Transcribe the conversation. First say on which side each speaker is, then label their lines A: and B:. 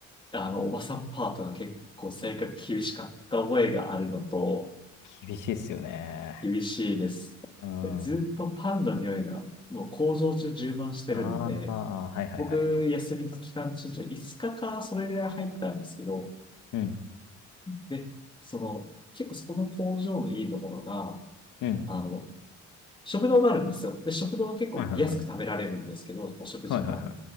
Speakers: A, on the left; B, on the left.
A: あの、おばさんパートが結構性格厳しかった覚えがあるのと、
B: 厳しいっすよね。
A: 厳しいです。
B: うん。
A: でずっとパンの匂いが、
B: あ
A: もう工場中充満してるんで、
B: あ、はいはいはい。
A: 僕、休み期間中、5日かかそれぐらい入ったんですけど、
B: うん。
A: で、その、結構そこの工場のいいところが、
B: うん。
A: あの、食堂があるんですよ。で、食堂は結構安く食べられるんですけど、
B: はいはいはい。
A: お食事が。
B: はいはいはい。